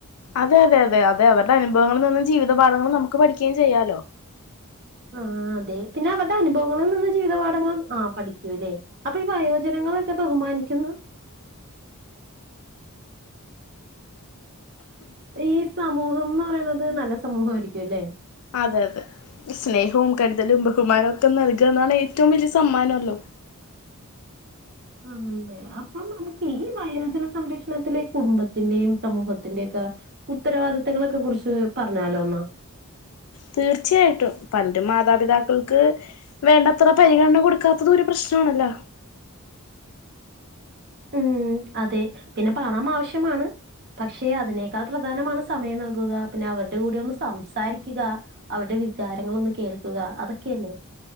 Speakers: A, on the left (about 75°); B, on the right (about 50°).
A: അതെ അതെ അതെ അതെ അവരുടെ അനുഭവങ്ങള് നിന്നും ജീവിതപാഠങ്ങളും നമുക്ക് പഠിക്കയും ചെയ്യാലോ
B: ആഹ് അതെ പിന്നെ അവര്ടെ അനുഭവങ്ങള്ൽ നിന്ന് ജീവിത പാഠങ്ങൾ ആഹ് പഠിക്കൂലേ അപ്പൊ ഈ വയോജനങ്ങളൊക്കെ ബഹുമാനിക്കുന്ന് ഈ സമൂഹംന്ന് പറയ്ണത് നല്ല സമൂഹാരിക്കും അല്ലെ
A: അതെ അതെ സ്നേഹവും കരുതലും ബഹുമാനവും ഒക്കെ നൽകാന്നാണ് ഏറ്റവും വലിയ സമ്മാനോല്ലോ.
B: ആണല്ലേ അപ്പം നമുക്ക് ഈ വയോജന സംരക്ഷണത്തിലെ കുടുംബത്തിന്റെയും സമൂഹത്തിന്റെയെ ക്ക ഉത്തരവാദിത്തങ്ങളൊക്കെ കുറിച്ച് പറഞ്ഞാലോന്നാ.
A: തീർച്ചയായിട്ടും. പലരും മാതാപിതാക്കൾക്ക് വേണ്ടത്ര പരിഗണന കൊടുക്കാത്തത് ഒരു പ്രശ് ച്ചോണല്ലാ.
B: ഉം അതെ പിന്നെ പണം ആവശ്യമാണ്. പക്ഷെ അതിനേക്കാൾ പ്രധാനമാണ് സമയം നൽകുക പിന്നെ അവര്ടെ കൂടെ ഒന്ന് സംസാരിക്കുക അവരുടെ വികാരങ്ങളൊന്ന് കേൾക്കുക അതൊക്കെയല്ലേ?